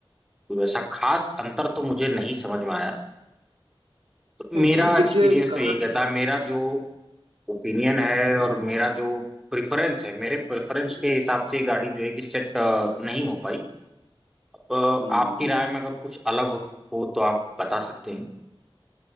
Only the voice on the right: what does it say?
नहीं,
जीप देखिए
कार
हम्म,